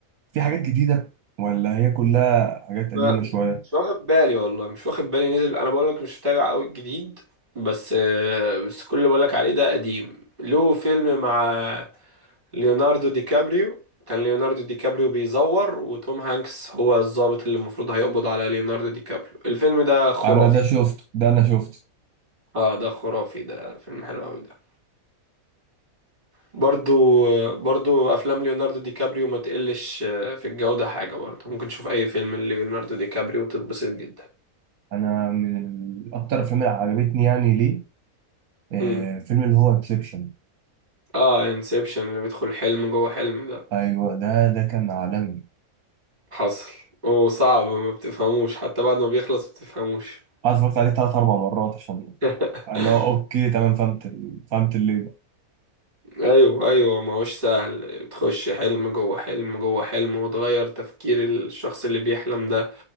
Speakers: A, on the right; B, on the right.
A: في حاجات جديده ولا هي كلها حاجات قديمه
B: ما-
A: شويه
B: مش واخد بالي والله مش واخد بالي نزل انا بقول لك مش متابع قوي الجديد بس آه، بس كل اللي بقول لك عليه ده قديم له فيلم مع ليوناردو دي كابريو كان ليوناردو دي كابريو بيزور وتوم هانكس هو الضابط اللي المفروض هيقبض على ليوناردو دي كابريو الفيلم ده خرافي
A: انا ده شفته ده انا شفته
B: اه ده خرافي ده فيلم حلو قوي ده برضو برضو افلام ليوناردو دي كابريو ما تقلش آه، في الجودة حاجة برضو ممكن تشوف اي فيلم ليوناردو دي كابريو وتتبسط جدا
A: انا من ال- اكتر الافلام اللي عجبتني يعني ليه آه
B: امم
A: فيلم اللي هو انسبشن
B: اه انسبشن اللي بيدخل حلم جوه حلم ده
A: ايوه ده ده كان عالمي
B: حصل وصعب ما بتفهموش حتى بعد ما بيخلص ما بتفهموش
A: انا اتفرجت عليه ثلاث اربع مرات عشان
B: <laughs>
A: اللي هو اوكي تمام فهمت ال... فهمت اللي ده
B: ايوه ايوه ما هوش سهل بتخش حلم جوه حلم جوه حلم وتغير تفكير الشخص اللي بيحلم ده